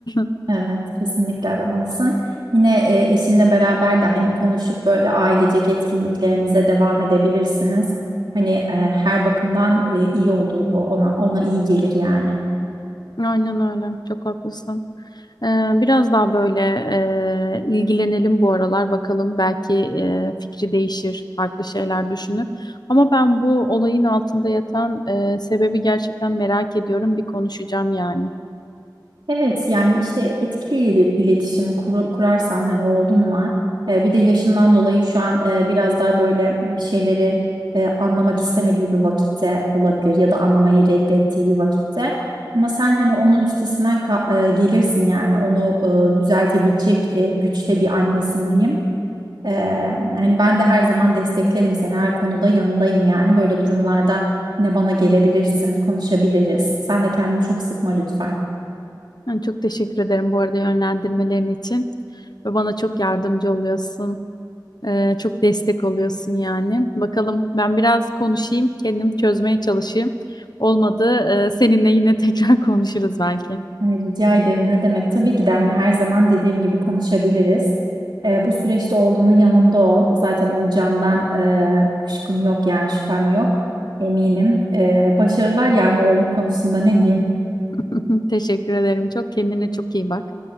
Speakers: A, on the left (about 65°); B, on the right (about 75°).
A: <laughs>
B: Evet, kesinlikle aramalısın. Yine e, eşinle beraber de hani konuşup böyle ailecek etkinliklerinize devam edebilirsiniz. Hani e, her bakımdan e, iyi olur bu. Ona ona iyi gelir yani.
A: Aynen öyle. Çok haklısın. Ee, biraz daha böyle e, ilgilenelim bu aralar bakalım. Belki e, fikri değişir, farklı şeyler düşünür. Ama ben bu olayın altında yatan e, sebebi gerçekten merak ediyorum. Bir konuşacağım yani.
B: Evet yani işte etkili ili- iletişim kuru- kurarsan hani oğlum var. Ee, bir de yaşından dolayı şu an e, biraz daha böyle bir şeyleri e, anlamak istemediği bir vakitte olabilir ya da anlamayı reddettiği bir vakitte. Ama sen hani onun üstesinden ka- e, gelirsin yani onu e, düzeltebilecek e, güçte bir annesin diyeyim. Ee, hani ben de her zaman desteklerim seni her konuda yanındayım yani böyle durumlarda yine bana gelebilirsin konuşabiliriz. Sen de kendini çok sıkma lütfen.
A: Yani çok teşekkür ederim bu arada yönlendirmelerin için. Ve bana çok yardımcı oluyorsun. Ee, çok destek oluyorsun yani. Bakalım ben biraz konuşayım, kendim çözmeye çalışayım. Olmadı e, seninle yine tekrar <laughs> konuşuruz belki.
B: E, Rica ederim. Ne demek? Tabii ki de hani her zaman dediğim gibi konuşabiliriz. E, bu süreçte oğlunun yanında ol. Zaten olacağından e, kuşkum yok yani şüphem yok. Eminim. E, başarılar yani oğlum konusunda ne diyeyim?
A: <laughs> Teşekkür ederim. Çok kendine çok iyi bak.